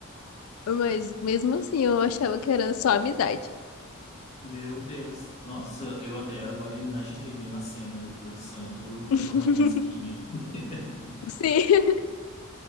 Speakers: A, on the left; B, on the left.
A: Mas mesmo assim, eu achava que era só amizade.
B: Meu Deus. Nossa, eu até agora eu imaginei meio a cena dele dançando enquanto
A: <laughs>
B: tocava musiquinha. <laughs>
A: Sim,